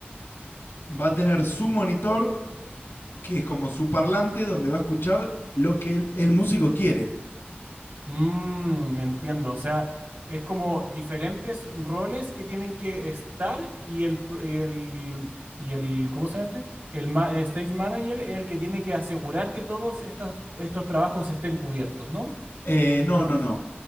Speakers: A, on the left; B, on the right.
A: va a tener su monitor, que es como su parlante, donde va a escuchar lo que el, el músico quiere.
B: Mm, entiendo, o sea, es como diferentes roles que tienen que estar y el, pro- y el, y el, ¿cómo se llama este? El ma- eh, stage manager es el que tiene que asegurar que todos estos, estos trabajos estén cubiertos, ¿no?
A: Eh, no,
B: ¿Algo
A: no,
B: así?
A: no.